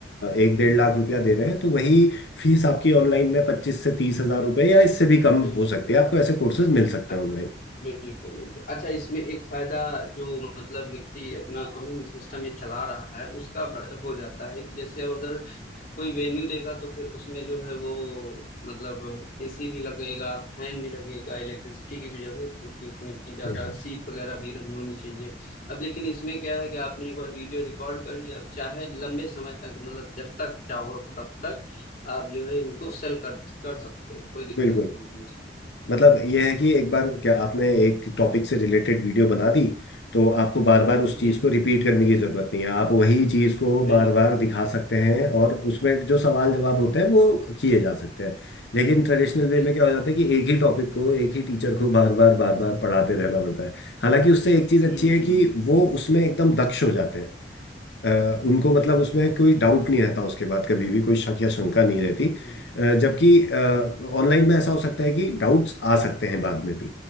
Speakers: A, on the left (about 70°); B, on the left (about 55°).
A: एक डेढ़ लाख रुपया दे रहे हैं तो वही फीस आपकी ऑनलाइन में पच्चीस से तीस हजार रुपये या इससे भी कम
B: बिल्कुल
A: हो सकती है आपको ऐसे कोर्सेज मिल सकते
B: अ-
A: हैं ऑनलाइन
B: बिल्कुल बिल्कुल अच्छा इसमें एक फायदा जो मतलब व्यक्ति अपना ऑनलाइन सिस्टम में चला रहा है उसका ब- हो जाता है कि जैसे अब अगर कोई वेन्यू देगा तो फिर उसमें जो है वो मतलब एसी भी लगेगा फैन भी लगेगा इलेक्ट्रिसिटी की भी जरूरत होगी उतनी ज्यादा
A: हाँ
B: सीट वगैरह भी रहनी होनी चाहिए अब लेकिन इसमें क्या है कि आपने एक बार वीडियो रिकॉर्ड कर लिया अब चाहे लंबे समय तक मतलब जब तक चाहो तब तक आप जो है इनको सेल कर कर सकते हो कोई दिक्कत
A: बिल्कुल
B: नहीं है उसमें
A: मतलब यह है कि एक बार क्या आपने एक टॉपिक से रिलेटेड वीडियो बना दी तो आपको बार बार उस चीज़
B: जी
A: को रिपीट
B: जी
A: करने की ज़रूरत नहीं है आप वही चीज़ को बार
B: बिल्कुल
A: बार दिखा सकते हैं और उसमें जो सवाल जवाब होते हैं वो किए जा सकते हैं लेकिन ट्रेडिशनल वे
B: बिल्कुल
A: में क्या हो जाता
B: बिल्कुल
A: है कि एक ही टॉपिक को एक ही टीचर को बार बार बार बार पढ़ाते रहना पड़ता है हालांकि उससे एक चीज़
B: हम्म
A: अच्छी है कि वो उसमें एकदम दक्ष हो जाते हैं अ, उनको
B: बिल्कुल
A: मतलब उसमें कोई डाउट नहीं रहता उसके बाद कभी भी कोई शक या शंका नहीं रहती
B: हम्म
A: अ, जबकि
B: बिल्कुल
A: ऑनलाइन में ऐसा हो सकता है कि डाउट्स आ सकते हैं बाद में भी